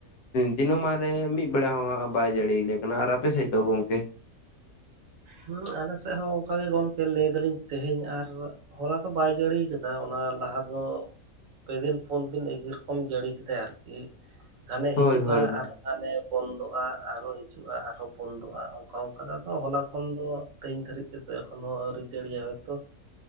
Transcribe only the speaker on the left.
ᱫᱤᱱᱚᱢᱟᱱ ᱨᱮ ᱢᱤᱫ ᱵᱮᱲᱟ ᱦᱚᱸ ᱦᱟᱸᱜ ᱵᱟᱭ ᱡᱟᱹᱲᱤᱭᱟᱞᱮ ᱠᱟᱱᱟ ᱟᱨ ᱟᱯᱮ ᱥᱮᱫ ᱫᱚ ᱜᱚᱝᱠᱮ
ᱦᱳᱭ
ᱦᱳᱭ ᱦᱳᱭ